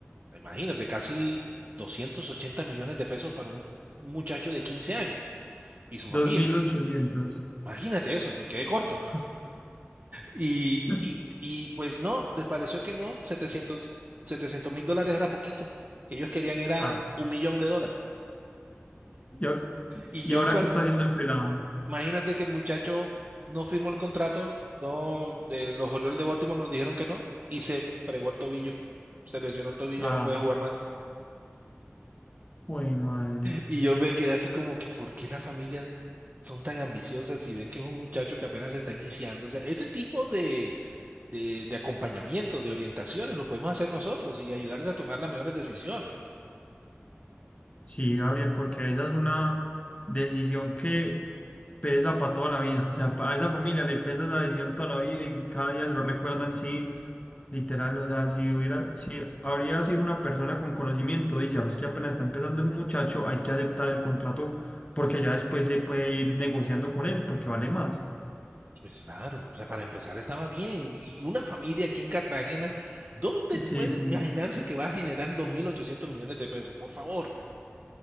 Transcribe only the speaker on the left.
dos
mil ochocientos
<laughs>
Ah,
y, a-
y
ahora
qué está haciendo el pelado.
Ah,
uy, madre.
Sí, Gabriel, porque esa es una decisión que pesa para toda la vida. O sea, para esa familia le pesa esa decisión toda la vida y cada día se lo recuerdan, sí, literal. O sea, si hubiera, si habría sido una persona con conocimiento, dice, "Ah, es que apenas está empezando el muchacho, hay que aceptar el contrato porque ya después se puede ir negociando con él porque vale más.
Sí, sí,